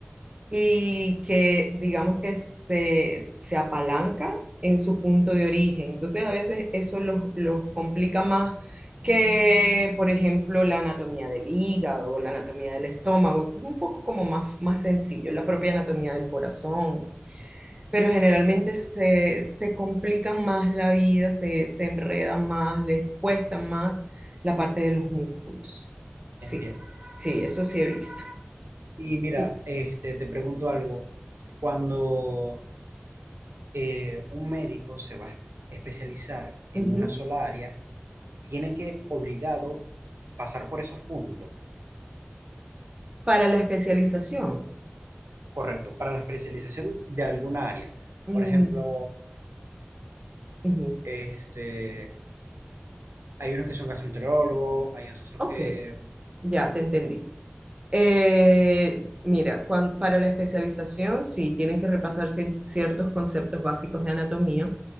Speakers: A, on the right; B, on the right.
A: y que digamos que se, se apalanca en su punto de origen. Entonces a veces eso los, los complica más que, por ejemplo, la anatomía del hígado o la anatomía del estómago, que es un poco como más, más sencillo, la propia anatomía del corazón. Pero generalmente se, se complican más la vida, se, se enredan más, les cuesta más la parte de los músculos. Sí,
B: Entiendo.
A: sí, eso sí he visto.
B: Y mira,
A: Y,
B: este, te pregunto algo. Cuando eh, un médico se va a especializar en
A: ujú.
B: una sola área, tiene que obligado pasar por esos puntos,
A: Para la especialización.
B: correcto, para la especialización de alguna área.
A: Mm,
B: Por ejemplo,
A: ujú.
B: este, hay unos que son gastroenterólogos, hay otros
A: Ok,
B: que...
A: ya te entendí. Eh, mira, cuan- para la especialización, sí, tienen que repasar cien- ciertos conceptos básicos de anatomía,